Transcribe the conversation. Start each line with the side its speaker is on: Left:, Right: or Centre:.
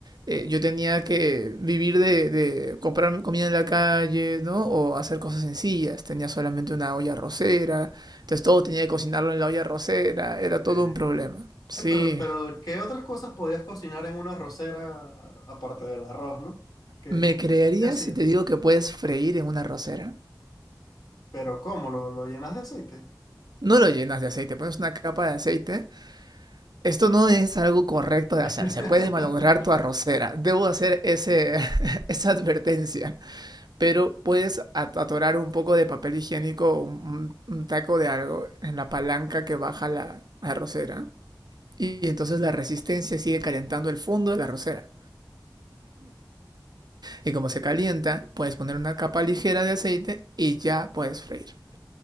Right: eh, yo tenía que vivir de, de comprar comida en la calle, ¿no? O hacer cosas sencillas. Tenía solamente una olla arrocera, entonces todo tenía que cocinarlo en la olla arrocera, era
Left: Ok.
Right: todo un problema. Sí.
Left: Eh, pero, pero, ¿qué otras cosas podías cocinar en una arrocera a- aparte del arroz, ¿no? ¿Qué,
Right: ¿Me creerías
Left: qué hacías?
Right: si te digo que puedes freír en una arrocera?
Left: Pero ¿cómo? ¿Lo, lo llenas de aceite?
Right: No lo llenas de aceite, pones una capa de aceite. Esto no es algo correcto de
Left: <laughs>
Right: hacer, se puede malograr tu arrocera. Debo hacer ese, <laughs> esa advertencia. Pero puedes at- atorar un poco de papel higiénico, un, un- taco de algo en la palanca que baja la arrocera. Y entonces la resistencia sigue calentando el fondo de la arrocera. Y como se calienta, puedes poner una capa ligera de aceite y ya puedes freír.